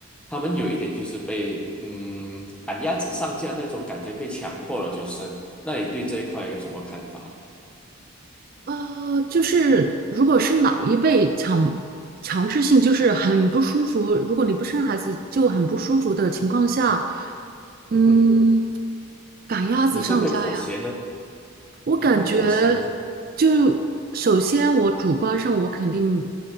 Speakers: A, in the centre; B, on the right.
A: 他们有一点就是被嗯赶鸭子上架那种感觉，被强迫了就生。那你对这一块有什么看法？
B: 呃，就是如果是老一辈强强制性，就是很不舒服。如果你不生孩子，就很不舒服的情况下，嗯，
A: 嗯哼，
B: 赶鸭子上架呀！
A: 你会不会妥协呢？
B: 我感觉
A: 你会不会妥协呢？
B: 就首先我主观上我肯定